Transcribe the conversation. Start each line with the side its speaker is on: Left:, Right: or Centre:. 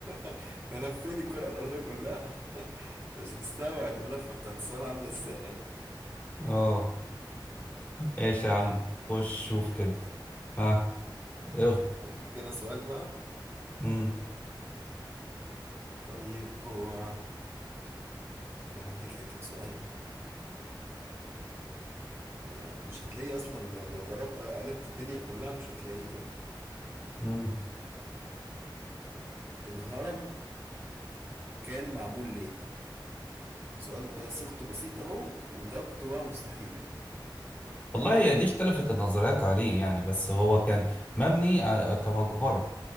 Right: <laughs> ده لفيني الكره الارضيه كلها <laughs> انت مش مستوعب اللفه بتاعت السؤال عامله ازاي
Left: اه ماشي يا عم خش شوف كده ها اخبط
Right: هديك انا سؤال بقى
Left: مم.
Right: طيب هو لا هديك حته سؤال يعني مش هتلاقيه اصلا لو لو ضربت قلبت الدنيا كلها مش هتلاقيه اجابته
Left: مم.
Right: الهرم كان معمول ليه سؤال صيغته بسيطه اهو واجابته بقى مستحيله
Left: والله هي دي اختلفت النظريات عليه يعني بس هو كان مبني آه، كمقبرة